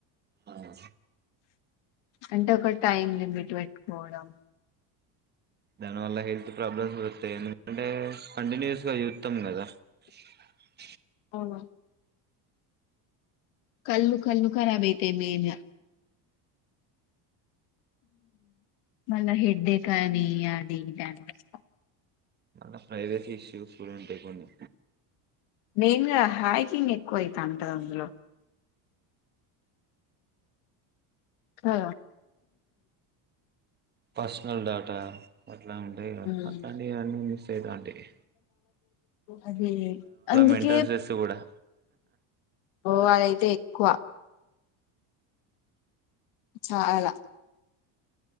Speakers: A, on the right; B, on the left.
A: అవును
B: అంటే ఒక టైమ్ లిమిట్ పెట్టుకోవడం
A: దానివల్ల హెల్త్ ప్రాబ్లమ్స్ వస్తాయి ఎందుకంటే కంటిన్యూస్ గా చూస్తాం కదా <unintelligible>
B: అవును కళ్ళు కళ్ళు కరాబ అయితే మెన్గా మళ్ళీ హెడేక్ అని అదీఇదీ అంటార్
A: మల్ల ప్రైవేట్ ఇష్యూస్ కూడా ఉంటాయ్ కొన్ని
B: మెయిన్ గా హైకింగ్ ఎక్కువ అయితంటుంది అందులో ఆ
A: పర్సనల్ డేటా అట్లా ఉంటాయిగా
B: ఉమ్.
A: అట్లాంటివి అన్నీ మిస్ అయితంటేయ్
B: అదే అందుకే
A: మెంటల్ స్ట్రెస్ కూడా
B: ఓ అయిత్థాయ కువా చాలా